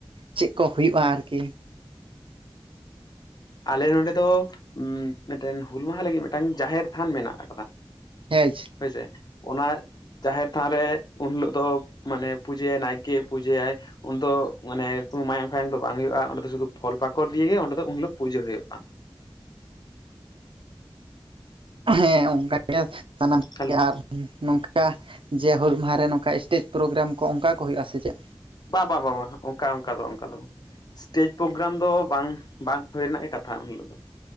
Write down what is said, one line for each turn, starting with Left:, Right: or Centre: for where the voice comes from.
Right: ᱪᱮᱫ ᱠᱚ ᱦᱩᱭᱩᱜᱼᱟ ᱟᱨᱠᱤ
Left: ᱟᱞᱮ ᱱᱚᱰᱮ ᱫᱚ ᱢᱤᱫᱴᱮᱱ ᱦᱩᱞ ᱢᱟᱸᱦᱟ ᱞᱟᱹᱜᱤᱫ ᱢᱤᱫᱴᱟᱝ ᱡᱟᱦᱮᱨ ᱛᱷᱟᱱ ᱢᱮᱱᱟᱜ ᱟᱠᱟᱫᱟ᱾
Right: ᱦᱮᱸ
Left: ᱦᱳᱭᱥᱮ ᱚᱱᱟ ᱡᱟᱦᱮᱨ ᱛᱷᱟᱱ ᱨᱮ ᱩᱱ ᱦᱤᱞᱳᱜ ᱫᱚ ᱢᱟᱱᱮ ᱯᱩᱡᱟᱹᱭᱟᱭ ᱱᱟᱭᱠᱮ ᱯᱩᱡᱟᱹᱭᱟᱭ ᱩᱱᱫᱚ ᱢᱟᱱᱮ ᱠᱚᱫᱚ ᱢᱟᱭᱟᱝ‌ ᱫᱚ ᱵᱟᱝ ᱦᱚᱭᱚᱜ -ᱟ ᱚᱸᱰᱮ ᱥᱩᱫᱷᱩ ᱯᱷᱚᱞ ᱯᱟᱠᱚᱲ ᱫᱤᱭᱮ ᱜᱮ ᱚᱸᱰᱮ ᱫᱚ ᱩᱱ ᱦᱤᱞᱳᱜ ᱯᱩᱡᱟᱹ ᱦᱩᱭᱩᱜᱼᱟ᱾
Right: ᱦᱮᱸ ᱚᱱᱠᱟ ᱜᱮ ᱥᱟᱱᱟᱢ
Left: ᱦᱮᱞᱳ
Right: ᱟᱨ ᱱᱚᱝᱠᱟ ᱡᱮ ᱦᱩᱞ ᱢᱟᱦᱟ ᱨᱮ ᱱᱚᱝᱠᱟ ᱮᱥᱴᱮᱡᱽ ᱯᱨᱳᱜᱨᱟᱢ ᱠᱚ ᱚᱱᱠᱟ ᱠᱚ ᱦᱩᱭᱩᱜᱼᱟ ᱥᱮ ᱪᱮᱫ
Left: ᱵᱟ ᱵᱟᱝ ᱵᱟ ᱵᱟ ᱚᱱᱠᱟ ᱚᱱᱠᱟ ᱫᱚ ᱚᱱᱠᱟ ᱫᱚ ᱥᱴᱮᱡᱽ ᱯᱨᱳᱜᱨᱟᱢ ᱫᱚ ᱵᱟᱝ ᱵᱟᱝᱼᱼ ᱦᱩᱭ ᱨᱮᱱᱟᱜ ᱜᱮ ᱠᱟᱛᱷᱟ ᱩᱱ ᱦᱤᱞᱳᱜ ᱫᱚ᱾